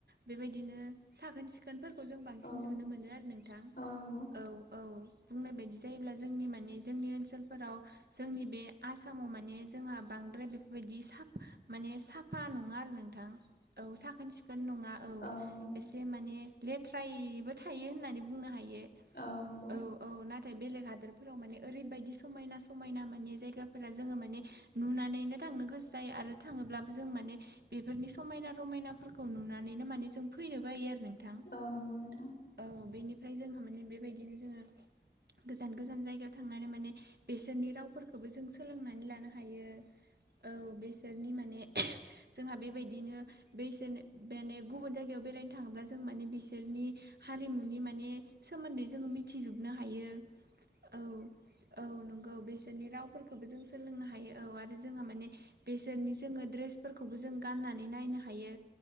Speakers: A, on the right; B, on the left.
A: बेबायदिनो साखोन सिखोनफोर खौ जों बांसिन
B: औ
A: नुनो मोनो आरो नोंथां।
B: औ नंगौ
A: औ औ बुंनाय बायदि जायोब्ला जोंनि माने जोंनि ओनसोलफोराव जोंनि बे आसामाव माने जोंहा बांद्राय बेफोरबायदि साफा माने साफा नङा आरो नोंथां औ साखोन-सिखोन नङा
B: औ नंगौ।
A: बे माने लेथ्रायैबो थायो होननानै बुंनो हायो।
B: औ नंगौ।
A: औ औ नाथाय बेलेग हादोरफोराव माने ओरैबायदि समायना समायना माने जायगाफोरा जोङो माने नुनानैनो थांनो गोसो जायो आरो थाङोब्लाबो जों माने बेफोरनि समायना रमायनाफोरखौ नुनानैनो माने जों फैनो बायो आरो नोंथां।
B: औ नंगौ नोंथां।
A: औ बेनिफ्राय जोंहा माने बेबायदिनो जोङो गोजान गोजान जायगायाव थांनानै माने बेसोरनि रावफोरखौबो जों सोलोंनानै लानो हायो। औ बेसोरनि माने जोंहा बेबायद दिनो बेसोन बेनो गुबुन जायगायाव बेरायनो थाङोब्ला जों माने बिसोरनि हारिमुनि माने सोमोन्दै जोङो मिथिजुबनो हायो औ। <unintelligible> औ नंगौ बिसोरनि रावफोरखौबो जों सोलोंनो हायो औ आरो जोंहा माने बेसोरनि जोङो ड्रेसफोरखौबो जों गाननानै नायनो हायो